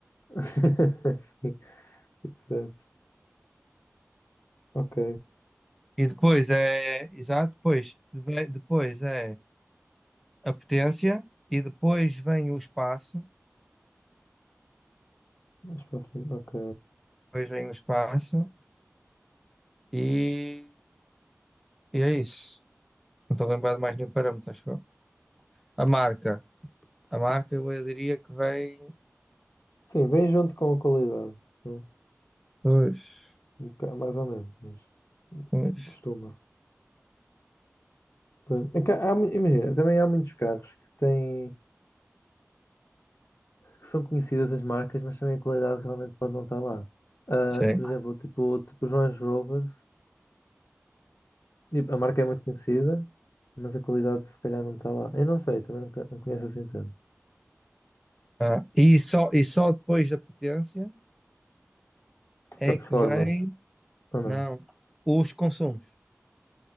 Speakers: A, on the left (about 60°); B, in the centre.
A: <laughs> Sim, exato. Ok,
B: E depois é, exato, depois, ve- depois é a potência e depois vem o espaço.
A: mais para a frente, ok.
B: Depois vem o espaço e, e é isso. Não estou a lembrar de mais nenhum parâmetro, acho eu. A marca. A marca, eu diria que vem.
A: Sim, vem junto com a qualidade, né?
B: Pois,
A: Um boca- Mais ou menos, mas
B: pois.
A: costuma. Pois, é que há mu- imagina, também há muitos carros que têm, que são conhecidas as marcas, mas também a qualidade realmente pode não estar lá. Ah,
B: Sim.
A: por exemplo, tipo, tipo os Range Rovers, tipo, a marca é muito conhecida, mas a qualidade se calhar não está lá. Eu não sei, também nunca- não conheço assim tanto.
B: Ah, e só, e só depois da potência é
A: A performance,
B: que vem.
A: ou não?
B: Não. Os consumos.